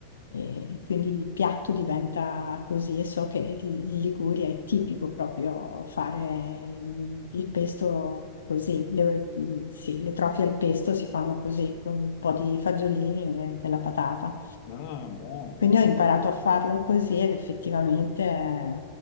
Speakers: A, on the left; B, on the left.
A: e quindi il piatto diventa così e so che in Liguria è tipico proprio fare mm, il pesto così, le, mm, sì, le trofie al pesto si fanno così, con un po' di fagiolini e de- della patata.
B: Ah, buono, buono.
A: Quindi ho imparato a farlo così ed effettivamente è